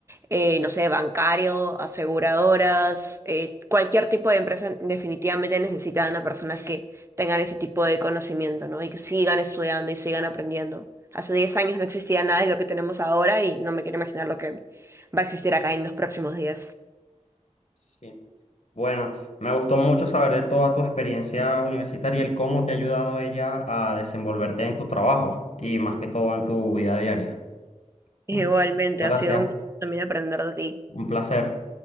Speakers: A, on the right; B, on the left.
A: eh, no sé, bancario, aseguradoras, eh, cualquier tipo de empresa definitivamente necesitan a personas que tengan ese tipo de conocimiento, ¿no? Y que sigan estudiando y sigan aprendiendo. Hace 10 años no existía nada de lo que tenemos ahora y no me quiero imaginar lo que va a existir acá en los próximos días.
B: Sí. Bueno, me gustó mucho saber de toda tu experiencia universitaria y el cómo te ha ayudado ella a desenvolverte en tu trabajo y más que todo en tu vida diaria.
A: Igualmente,
B: ¿sí? Gracias,
A: ha sido un gusto también aprender de ti.
B: un placer.